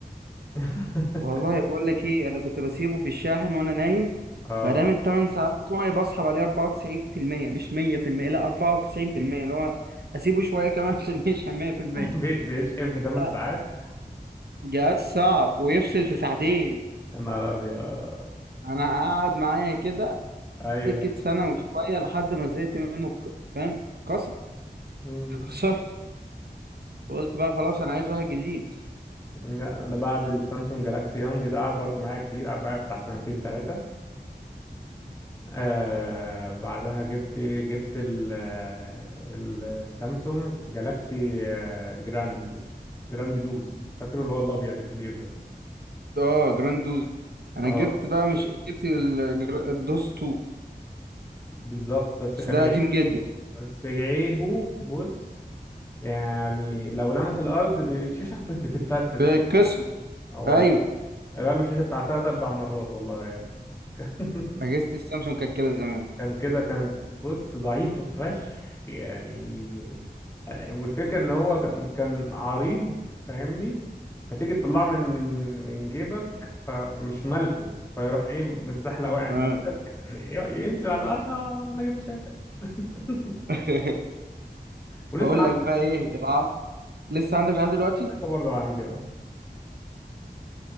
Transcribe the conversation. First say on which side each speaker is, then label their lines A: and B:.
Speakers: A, on the left (about 15°); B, on the right (about 70°).
A: <laughs>
B: والله بقول لك ايه انا كنت بسيبه في الشاحن وانا نايم
A: اه
B: بنام الثمان ساعات بتوعي بصحى بلاقيه 94% مش 100% لا 94% اللي هو اسيبه شويه كمان <laughs> عشان يشحن 100%
A: بي- بيشحن في 8
B: لا
A: ساعات
B: جهاز صعب ويفصل في ساعتين
A: يا نهار ابيض
B: انا قاعد معايا كده
A: ايوه
B: سكه سنه وشويه لحد ما زهقت منه ك- فاهم كسر
A: امم
B: <laughs> كسرت وقلت بقى خلاص انا عايز واحد جديد
A: لا، انا بعد السامسونج جالاكسي يونج ده قعد برضو معايا كتير قعد معايا بتاع سنتين ثلاثه آه بعدها جبت ايه جبت ال آه، السامسونج جالاكسي آه جراند جراند دوز فاكره اللي هو الابيض الكبير ده
B: اه جراند دوز انا
A: اه
B: جبت بقى مش جبت ال- الدوز 2
A: بالظبط بس
B: بس
A: كان
B: ده
A: عيب
B: قديم جدا
A: بس عيبه بص يعني لو لمس الارض ب- الشاشه بتتفتفت
B: بيتكسر
A: كلها اه والله
B: ايوه
A: غير له الشاشه بتاع تلات اربع مرات والله يا ابني <laughs>
B: اجهزه السامسونج كانت كده زمان
A: كان كده كانت بص ضعيفة فشخ يعني آه، والفكرة ان هو كان كان عريض فاهمني فتيجي تطلعه من من من جيبك فمش مالكه فيروح ايه متزحلق واقع
B: آه.
A: من ايدك ي- ينزل على الارض اه انا جبت شاشة <laughs>
B: <laughs>
A: ولسه
B: اقول
A: عندي
B: لك بقى ايه الع... لسه عندك لحد دلوقتي
A: لسه برضه عندي اه